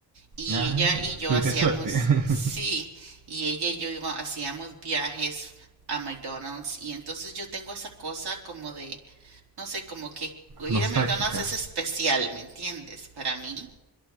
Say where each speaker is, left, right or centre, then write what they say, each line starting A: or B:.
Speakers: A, on the right; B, on the right.
A: y
B: Ah,
A: ella y yo
B: tuviste
A: hacíamos,
B: suerte. <laughs>
A: sí, y ella y yo iba, hacíamos viajes a McDonald's y entonces yo tengo esa cosa como de no sé, como que ir
B: Nostálgica.
A: a McDonald's es especial, ¿me entiendes? Para mí.